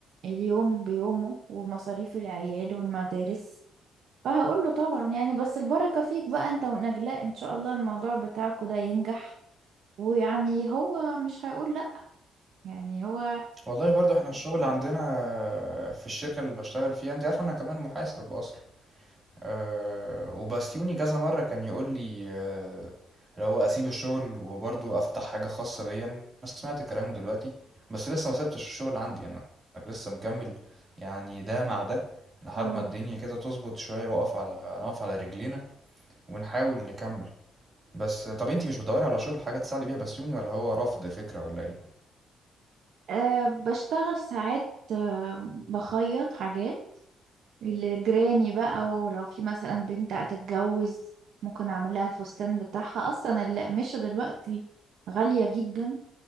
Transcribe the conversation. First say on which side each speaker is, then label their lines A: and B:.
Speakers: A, on the right; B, on the right.
A: اليوم بيومه ومصاريف العيال والمدارس فهقول له طبعا يعني بس البركة فيك بقى انت ونجلاء ان شاء الله الموضوع بتاعكوا ده ينجح ويعني هو مش هيقول لأ يعني هو
B: والله برضو احنا الشغل عندنا في الشركة اللي بشتغل فيها انت عارف انا كمان محاسب اصلا أه وبسيوني كذا مرة كان يقول لي أه اللي هو اسيب الشغل وبرضو افتح حاجة خاصة بيا انا سمعت كلامه دلوقتي بس لسه ما سبتش الشغل عندي انا لسه مكمل يعني ده مع ده لحد
A: اه
B: ما الدنيا كده تظبط شوية واقف على نقف على رجلينا ونحاول نكمل بس طب انتي مش بتدوري على شغل حاجة تساعدي بيها بسيوني ولا هو رافض الفكرة ولا ايه؟
A: أه بشتغل ساعات أه بخيط حاجات لجيراني بقى ولو في مثلا بنت هتتجوز ممكن اعمل لها الفستان بتاعها اصلا القماشة دلوقتي غالية جدا